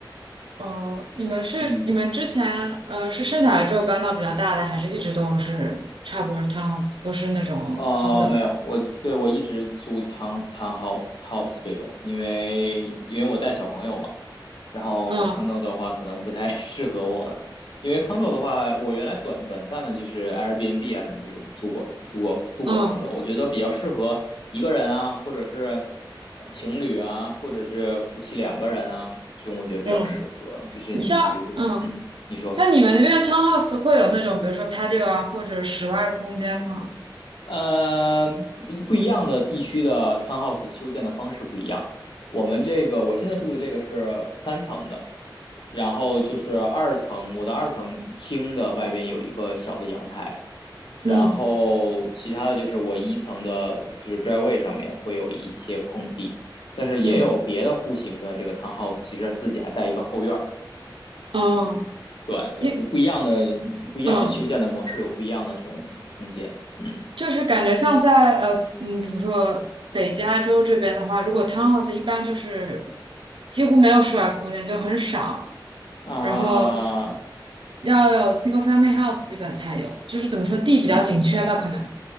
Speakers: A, on the right; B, on the left.
A: 呃，你们是你们之前呃是生下来之后搬到比较大的，
B: 嗯，
A: 还是一直都是差不多是 townhouse，不是那种
B: 哦，
A: condo？
B: 没有，我对我一直租 town townhouse house 这种，因为因为我带小朋友嘛，然后康豆的话可能不太
A: 嗯
B: <laughs> 适合我了，因为康豆的话，我原来短短暂的就是 Airbnb 啊什么这种住过住过住过康豆，
A: 嗯
B: 我觉得比较适合一个人啊，或者是呃情侣啊，或者是夫妻两个人啊，这种我觉得比较适合。
A: 嗯，
B: 就是你比如说，
A: 你像嗯
B: 嗯，你说，
A: 像你们那边的 townhouse 会有那种比如说 patio 啊或者室外空间吗？
B: 呃，不一样的地区的 townhouse 修建的方式不一样。我们这个我现在住的这个是三层的，然后就是二层，我的二层厅的外边有一个小的阳台，然后其他的就是我一层的，
A: 嗯
B: 就是 driveway 上面会有一些空地，但是也有别的户型的这个
A: 嗯
B: townhouse，其实自己还带一个后院儿。
A: 哦，
B: 对对，
A: 因
B: 不一样的不一样的修建的模式有不一样的这种空间。
A: 嗯。
B: 嗯
A: 就是感觉像在呃嗯怎么说北加州这边的话，如果 townhouse 一般就是几乎没有室外空间，就很少，
B: 啊，
A: 然后要有 single family house 基本才有，就是怎么说地比较紧缺吧可能。
B: 嗯，